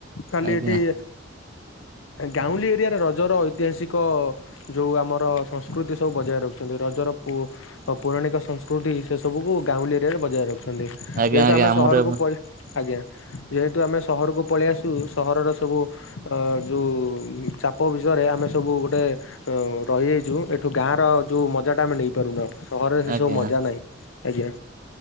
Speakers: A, on the left; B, on the right.
A: ଖାଲି
B: ଆଜ୍ଞା
A: ଏଠି ଗାଉଁଲି ଏରିଆରେ ରଜର ଐତିହାସିକ ଯୋଉ ଆମର ସଂସ୍କୃତି ସବୁ ବଜାୟ ରଖିଛନ୍ତି। ରଜର ପୁ ପୌରାଣିକ ସଂସ୍କୃତି ସେ ସବୁକୁ ଗାଉଁଲି ଏରିଆରେ ବଜାୟ ରଖୁଛନ୍ତି।
B: ଆଜ୍ଞା
A: ଯେହେତୁ
B: ଆଜ୍ଞା
A: ଆମେ
B: ଆମର
A: ସହରକୁ ପ <inaudible> ଆଜ୍ଞା!। ଯେହେତୁ ଆମେ ସହରକୁ ପଳେଇ ଆସୁ। ସହରର ସବୁ ଆ ଯୋଉ ଚାପ ବିଷୟରେ ଆମେ ସବୁ ଗୋଟେ ଅ ରହିଯାଇଛୁ ଏଠୁ ଗାଁର ଯୋଉ ମଜା ଟା ଆମେ ନେଇପାରୁନୁ ଆଉ। ସହରରେ ସେ
B: ଆଜ୍ଞା।
A: ସବୁ ମଜା ନାହିଁ। ଆଜ୍ଞା।